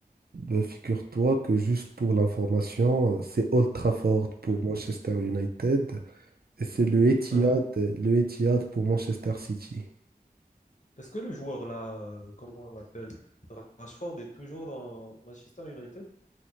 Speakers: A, on the right; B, on the left.
A: Ben, figure-toi que juste pour l'information, euh, c'est Old Trafford pour
B: Mhm.
A: Manchester United, Et C'est le Etihad,
B: Mhm.
A: le Etihad pour Manchester City.
B: Est-ce que le joueur là, euh, comment on l'appelle, Rashford est toujours dans Manchester United?